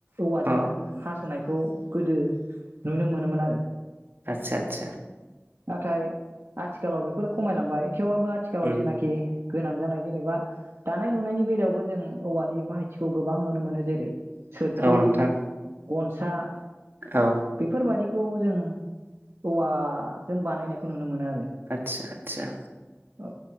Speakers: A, on the right; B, on the right.
A: औवा
B: अ
A: जोङो हा सनायखौ गोदो नुनो मोनोमोन आरो।
B: आतसा आतसा।
A: नाथाय आथिखालाव बेफोर खमायलांबाय। थेवाबो आथिखालाव
B: उम
A: जेनाखि गोनां जानाय जेनेबा दानाय लुनायनि बेलायावबो जों औवानि बाहायथिखौ गोबां नुनो मोनो जेरै सोरखि,
B: औ नोंथां
A: गनसा
B: औ
A: बेफोरबायादि खौ जों औवाजों बानायनायखौ नुनो मोनो आरो
B: आदसा आदसा
A: औ